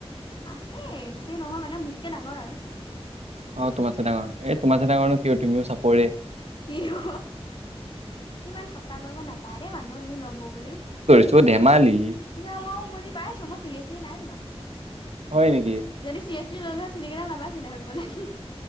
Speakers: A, on the left; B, on the right.
A: আছে বেছি নহয় মানে মোতকে ডাঙৰ আৰু
B: অ তোমাৰছে ডাঙৰ এ তোমাৰছে ডাঙৰো কিয় তুমিও চাপৰে
A: ই অ ইমান াট্টা কৰিব নাপায়ৰে মানুহ তুমি ল'মব বুলি
B: চ' ধেমালি
A: পি মই মুি পাইছো মই চিৰিয়াছলি নাই নিোা
B: হয় নেকি
A: যদি চিৰিয়াচলি ল'লেোৱা চুলি কেইটাাল নাবাছিলে হয় বোলে